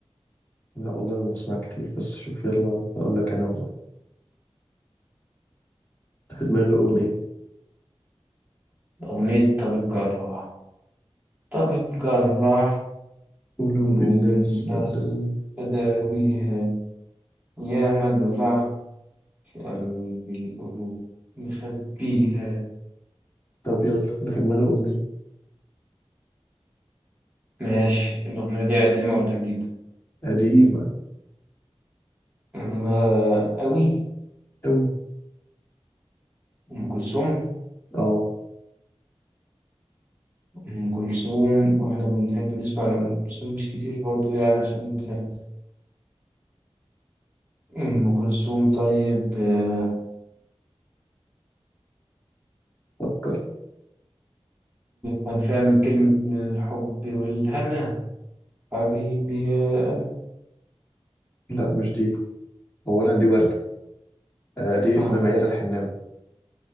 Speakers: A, on the left; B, on the right.
A: لا والله ما بسمع كتير بس شوف يلا هقول لك انا والله. في دماغي اغنيه
B: أغنية طبيب جراح طبيب جراح
A: قلوب
B: قلوب
A: الناس
B: الناس
A: مقلوب
B: أداويها يا مجرح كألوم القلوب مخبيها
A: طب يلا انا في دماغي اغنيه
B: ماشي الأغنية دي قديمة ولا جديدة؟
A: قديمه
B: قديمة أوي
A: قوي
B: أم كلثوم
A: اه
B: أم كلثوم وإحنا بنحب نسمع لأم كلثوم مش كتير برضه يعني عشان بتاع أم كلثوم طيب آه،
A: فكر
B: كان فيها من كلمة من الحب والهنا حبيبي يا قلبي
A: لا مش دي اولا دي ورده آه دي اسمها
B: آه
A: ميادة الحناوي